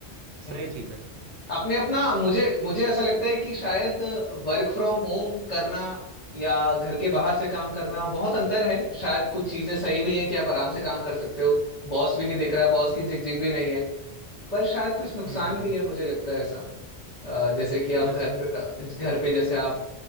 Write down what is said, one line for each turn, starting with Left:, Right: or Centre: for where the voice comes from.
Left: हम्म,
Right: सही
Left: हम्म।
Right: चीज है
Left: आपने अपना मुझे मुझे ऐसा लगता है कि शायद वर्क फ्रॉम होम करना या घर के बाहर से काम करना बहुत अंतर है शायद कुछ चीजें सही भी हैं कि आप आराम से काम कर सकते हो बॉस भी नहीं देख रहा है बॉस की झिकझिक भी नहीं है पर शायद कुछ नुकसान
Right: हम्म हम्म
Left: भी
Right: हम्म
Left: है मुझे लगता है ऐसा अ, जैसे कि आप
Right: जैसे
Left: घर पे घर पे जैसे आप